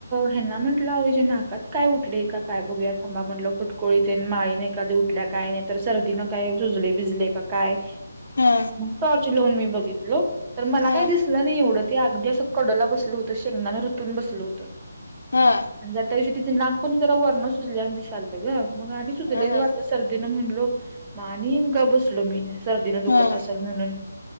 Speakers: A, on the right; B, on the left.
A: ह्यंना म्हटलं आओ हिज्या नाकात काय उठलयं काय बघूया थांबा म्हटलं फुटकोळ तेन माळीन एकादी उठल्या काय नाही तर सर्दी न काय सुजलय बिजलय का काय?
B: हा
A: मग टॉर्च लावून मी बघितलो.
B: हा
A: काय दिसलं नाय एवढं ते अगदी असं कडला बसलं होतं शेंगदाने रूतून बसल होतं.
B: हा
A: आणि जरां त्या दिवशी तिचें नाक पण जरा वरण सुजल्या वानी दिसालत ग. मंग आम्ही सुध
B: हा
A: लईच
B: हा
A: वाटत सर्दीन म्हणलो म आणि गप बसलो मीनं सर्दीन दुखत
B: हा
A: असल म्हणून